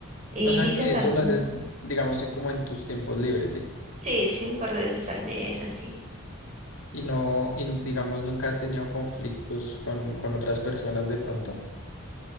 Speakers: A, on the right; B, on the left.
A: Y
B: O sea
A: dicen
B: que
A: también,
B: eso lo haces, digamos, sí, como en tus tiempos libres, ¿sí?
A: sí, sí, un par de veces al mes, así.
B: Y no, y digamos, nunca has tenido conflictos con, con otras personas de pronto.